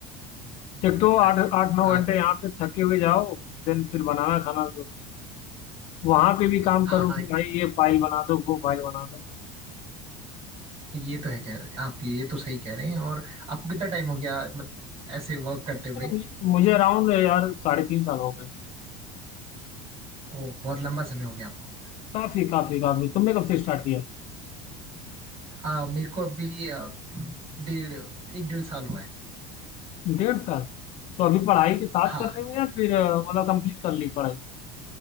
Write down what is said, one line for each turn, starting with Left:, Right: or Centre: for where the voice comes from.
Left: एक तो
Right: अच्छा
Left: आठ आठ नौ
Right: आ,
Left: घंटे यहाँ पे थके हुए जाओ देन फिर बनाना खाना भी होता है वहां पे भी काम
Right: हाँ
Left: करो कि भाई ये फाइल बना दो वो फाइल बना दो
Right: ये तो है कह रहे आप ये तो सही कह रहे हैं और आपको कितना टाइम हो गया मत, ऐसे वर्क करते हुए
Left: अरे मुझे मुझे अराउंड यार साढ़े तीन साल हो गए
Right: ओह बहुत लंबा समय हो गया आपको
Left: काफी काफी काफी तुमने कब से स्टार्ट किया है?
Right: आ, मेरे को अभी आ, डेढ़ एक डेढ़ साल हुआ है
Left: डेढ़ साल तो अभी पढ़ाई के साथ
Right: हाँ
Left: कर रहे हो या फिर अ, मतलब कंप्लीट कर ली पढ़ाई